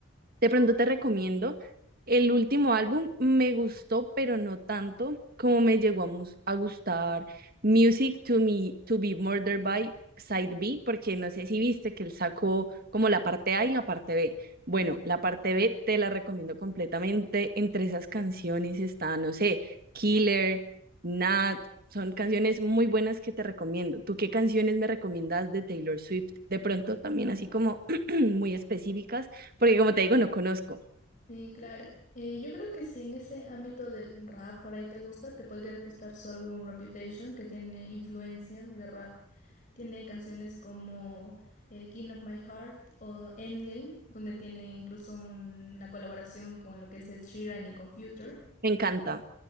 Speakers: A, on the right; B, on the left.
A: De pronto te recomiendo el último álbum, me gustó, pero no tanto como me llegó a, mus- a gustar Music to Me to Be Murdered by Side B, porque no sé si viste que él sacó como la parte A y la parte B. Bueno, la parte B te la recomiendo completamente. Entre esas canciones está, no sé, Killer, Nat. Son canciones muy buenas que te recomiendo. ¿Tú qué canciones me recomiendas de Taylor Swift? De pronto también así como <clears throat> muy específicas porque como te digo, no conozco.
B: Sí, claro. Eh, yo creo que si en ese ámbito del rap por ahí te gusta, te podría gustar su álbum Reputation, que tiene influencia de rap. Tiene canciones como eh, King of My Heart o Endgame, donde tiene incluso un- una colaboración con lo que es Ed Sheeran y con Future.
A: Me encanta,